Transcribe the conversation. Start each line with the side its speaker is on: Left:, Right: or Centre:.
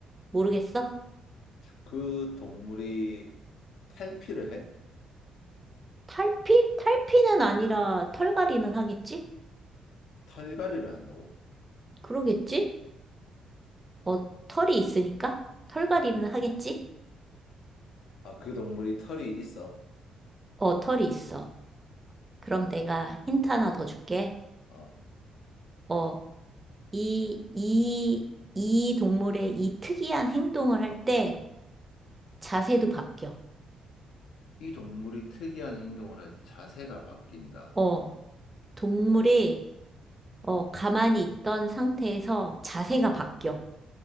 Right: 모르겠어?
Left: 그 동물이 탈피를 해?
Right: 탈피? 탈피는 아니라 털갈이는 하겠지?
Left: 털갈이를 한다고?
Right: 그러겠지? 어, 털이 있으니까? 털갈이는 하겠지?
Left: 아 그 동물이 털이 있어?
Right: 어, 털이 있어. 그럼 내가 힌트 하나 더 줄게.
Left: 아
Right: 어, 이, 이, 이 동물의 이 특이한 행동을 할 때 자세도 바뀌어.
Left: 이 동물이 특이한 행동을 할 때 자세가 바뀐다
Right: 어, 동물이 어, 가만히 있던 상태에서 자세가 바뀌어.